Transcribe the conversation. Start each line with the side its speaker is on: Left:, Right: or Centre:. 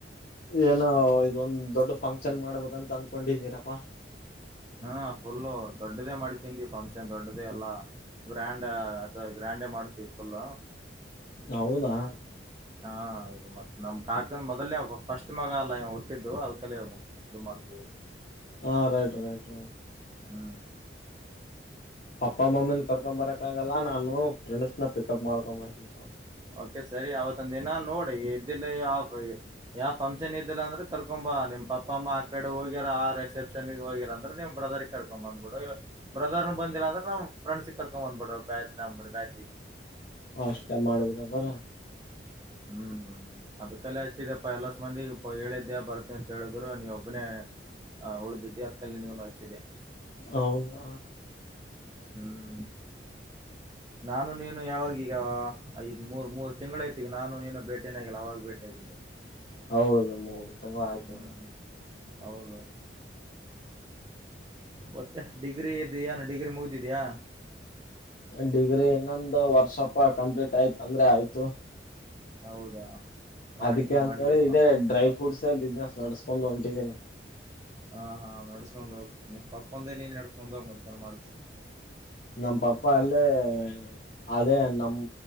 Left: ಏನೋ ಇದೊಂದ್ ದೊಡ್ಡ ಫಂಕ್ಷನ್ ಮಾಡ್ಬೇಕಂತ ಅನ್ಕೊಂಡಿದೀನಪ್ಪಾ
Right: ಹ್ಮ ಫುಲ್ಲ ದೊಡ್ಡದೇ ಮಾಡ್ಕದಿ ಫಂಕ್ಷನ್ ದೊಡ್ಡದೇ ಎಲ್ಲಾ ಗ್ರ್ಯಾಂಡ ಸರಿ ಗ್ರ್ಯಾಂಡೇ ಮಾಡ್ತೀವಿ ಫುಲ್ಲ
Left: ಹೌದಾ
Right: ಹಾ ಈಗ ಮತ್ತ ನಮ್ ಕಾಕನ್ ಮೊದಲ್ನೇ ಫಸ್ಟ್ ಮಗ ಹುಟ್ಟಿದ್ದ ಅದ್ ಕಲ್ಲ ಹೋಗ ಇದು ಮಾಡ್ತೇವೆ
Left: ಹಾ ರೈಟ್ ರೈಟ್ ರೈ
Right: ಹ್ಮ್
Left: ಪಪ್ಪ ಮಮ್ಮಿನ ಕರ್ಕೊಡ ಬರಕ್ಕಾಗಲ್ಲ ನಾನು ಫ್ರೆಂಡ್ಸ್ನ ಪಿಕಪ್ ಮಾಡ್ಕೊಡ ಬರತೀನಿ ತಗೋ
Right: ಓಕೆ ಸರಿ ಅವತ್ತ ದಿನ ನೋಡ ಇದಿಲ್ಲ ಯಪ ಯಾವಂಪ್ ಇದ್ದಿಲ್ಲ ಅಂದ್ರೆ ಕರ್ಕೊಂಬ ನಿಮ್ ಪಪ್ಪ ಅಮ್ಮ ಆ ಕಡೆ ಹೋಗ್ಯಾರ ಆ ರೆಸೆಪಿ <unintelligible> ಹೋಗಿರ ಅಂದ್ರೆ ನೀ ಬ್ರದರ್ಗ ಕರ್ಕೊಂಡ್ ಬಂದ್ಬಿಡು ಇಲ್ಲ ಬ್ರದರ್ ಬಂದಿಲ್ಲ ಅಂದ್ರೆ ನಾವು ಫ್ರೆಂಡ್ಸ್ ಕರ್ಕೊ ಬಂದ್ ಬಿಡ್ರ ಬ್ಯಾಚ್ ನಮ್ಮದ ಬ್ಯಾಚಿಗೆ.
Left: ಅಷ್ಟ ಮಾಡಬೇಕ ತಾನೆ
Right: ಹ್ಮ್ ಹ್ಮ್ ಅದಕ ಅಲ್ಲೇ ಹಚ್ಚಿದಪ್ಪ ಎಲ್ಲಸ ಮಂದಿಗೆ. ಓಹೋ ಹೇಳಿದ್ದೇ ಬರ್ತೇ ಅಂತ ಹೇಳಿದ್ರು ನೀವು ಒಬ್ಬನೇಹ ಉಳ್ದಿದ್ದಿ ಅದಕಲ್ಲಿ ನಿಗನು ಹಚ್ಚಿದ್ದೆ
Left: ಹೌದಾ
Right: ಹ್ಮ್ ನಾನು ನೀನು ಯಾವಾಗ ಈಗ ಐದ್ ಮೂರ್ ಮೂರು ತಿಂಗಳು ಐತಿ ಈಗ ನಾನು ನೀನು ಬೇಟೆನ ಆಗಿಲ್ಲ ಅವಾಗ ಭೇಟಿ ಆಗಿದ್ದ
Left: ಹೌದು ಮುರ ತಿಂಗ್ಳ ಆಯ್ತ
Right: ಹ್ಮ್ ಹೌದು ಮತ್ತೆ ಡಿಗ್ರಿ ಇದ ಏನು ಡಿಗ್ರಿ ಮುಗ್ದಿದ್ಯಾ
Left: ಡಿಗ್ರಿ ಇನ್ನೊಂದು ವರ್ಷಪ ಕಂಪ್ಲೀಟ್ ಆಯ್ತ ಅಂದ್ರೆ ಆಯ್ತು.
Right: ಹೌದಾ ಮಾಡಿಕೆ
Left: ಅದಕ್ಕೆ ಅಂತ
Right: ಮಾಡಿಕಪ್ಪಾ
Left: ಹೇಳಿ ಇದೇ ಡ್ರೈ ಫ್ರೂಟ್ಸ ಬಿಸ್ನೆಸ್ ನಡ್ಸ್ಕೊಂಡ ಹೊಂಟಿದೀನಿ.
Right: ಹಾ ಹಾ ನಡ್ಸ್ಕೊಂಡ್ ಹೋಗ ನಿ ಪಪ್ಪೊಂದೇ ನೀನು ನಡ್ಸ್ಕೊಂಡು ಹೋಗಿ ಮತ್ತೇನೆ ಮಾಡದ
Left: ನಮ್ಮ ಪಪ್ಪ ಅಲ್ಲೇ <inaudible> ಅದೇ ನಮ